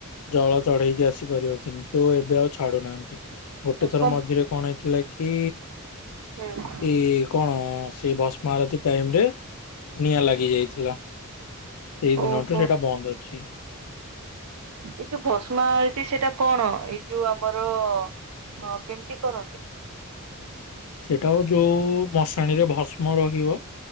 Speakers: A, on the left; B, on the right.
A: ଜଳ ଚଢେଇକି ଆସିପାରିବ କିନ୍ତୁ ଏବେ ଆଉ ଛାଡୁନାହାନ୍ତି ଗୋଟେ ଥର
B: କମ୍
A: ମଝିରେ କଣ ହେଇଥିଲା କି
B: ହୁଁ
A: ଏଇ କଣ ସେ ଭସ୍ମଆରଥୀ ପ ଟାଇମ ରେ ନିଆଁ ଲାଗି ଯାଇଥିଲା ସେଇ
B: ଓହୋ
A: ଦିନଠୁ ସେଇଟା ବନ୍ଦ ଅଛି।
B: ଏଇ ଯୋଉ ଭସ୍ମାଳୀ ସେଇଟା କଣ ଏଇ ଯୋଉ ଆମର କେମିତି କରନ୍ତି?
A: ସେଇଟା ହ ଯୋଉ ମଶାଣିରେ ଭସ୍ମ ରହିବ।